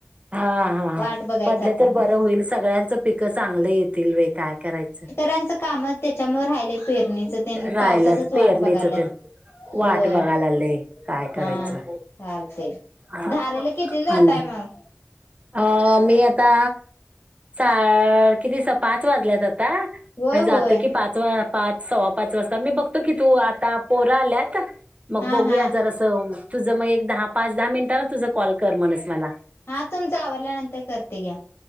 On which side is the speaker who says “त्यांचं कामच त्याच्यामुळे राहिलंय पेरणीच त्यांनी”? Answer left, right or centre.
Left